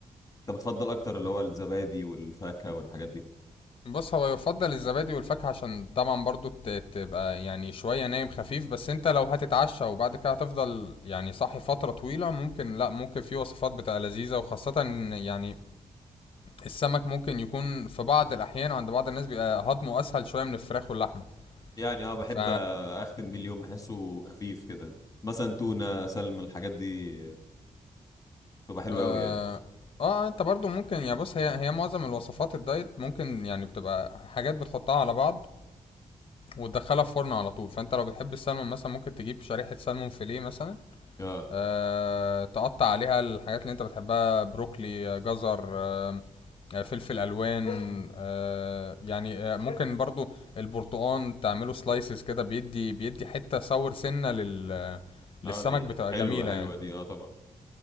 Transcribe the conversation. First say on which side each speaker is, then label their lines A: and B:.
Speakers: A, on the left; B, on the left.
A: انت بتفضل اكتر اللي هو الزبادي والفاكهه والحاجات دي
B: بص هو يفضل الزبادي والفاكهة عشان طبعا برضو ت- تبقى يعني شوية نايم خفيف بس انت لو هتتعشى وبعد كده هتفضل يعني صاحي فترة طويلة ممكن لا ممكن في وصفات بتبقى لذيذة وخاصة إن يعني السمك ممكن يكون في بعض الأحيان عند بعض الناس بيبقى هضمه أسهل شوية من الفراخ واللحمة
A: يعني اه بحب
B: ف
A: اختم بيه اليوم بحسه خفيف كده مثلا تونه سلمون الحاجات دي تبقى حلوه
B: اه
A: قوي يعني
B: اه انت برضو ممكن يعني بص هي هي معظم الوصفات الدايت ممكن يعني بتبقى حاجات بتحطها على بعض وتدخلها في فرن على طول فانت لو بتحب السلمون مثلا ممكن تجيب شريحة سلمون فيليه مثلا
A: اه
B: آه تقطع عليها الحاجات اللي انت بتحبها بروكلي آه، جزر آه فلفل الوان آه يعني آه ممكن برضو البرتقان تعمله سلايسز كده بيدي بيدي حتة صور سنة لل للسمك
A: اه دي
B: بتبقى
A: حلوه
B: جميلة
A: حلوه
B: يعني
A: دي اه طبعا